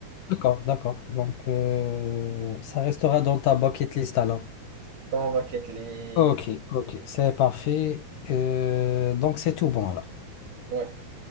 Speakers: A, on the left; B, on the right.
A: D'accord, d'accord. Donc, euh, ça restera dans ta bucket list alors.
B: Dans ma quête list.
A: Ok, ok, c'est parfait. Euh, donc, c'est tout bon alors.
B: Ouais.